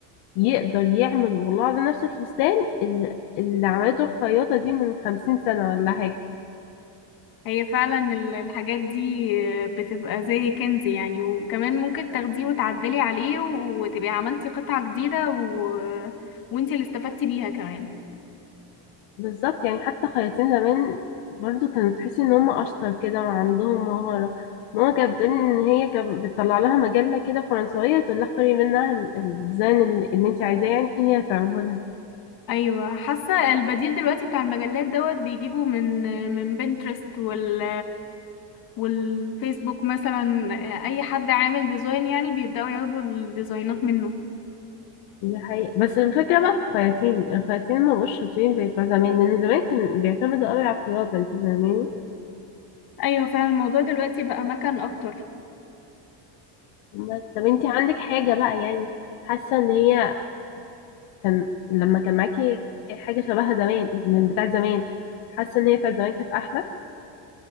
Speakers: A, on the left (about 80°); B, on the left (about 45°).
A: يقدر يعمل والله العظيم نفس الفستان ال- اللي عملته الخياطة دي من خمسين سنة ولا حاجة
B: هي فعلا ال- الحاجات دي آه، بتبقى زي كنز يعني وكمان ممكن تاخديه وتعدلي عليه وتبقي عملتي قطعة جديدة و... وانتي اللي استفدتي بيها كمان
A: بالظبط يعني حتى خياطين زمان برضو كانوا تحسي إن هم أشطر كده وعندهم مهارة ماما كانت بتقولي إن هي كانت بتطلع لها مجلة كده فرنسوية تقول لها اختاري منها ال- الديزاين اللي اللي انت عايزاه يعني هي هتعمله
B: ايوه حاسه البديل دلوقتي بتاع المجلات دوت بيجيبوا من من بنترست وال والفيسبوك مثلا اي حد عامل ديزاين يعني بيبداوا ياخدوا الديزاينات منه
A: دي حقيقة بس الفكرة بقى في الخياطين الخياطين ما بقوش شاطرين زي بتوع زمان لأن زمان كان بيعتمدوا قوي على الخياطة انت فاهماني
B: ايوه فعلا الموضوع دلوقتي بقى مكان اكتر
A: بس طب انت عندك حاجة بقى يعني حاسة ان هي كان لما كان معاكي حاجة شبهها زمان من بتاعة زمان حاسة ان هي بتاعة زمان كانت أحلى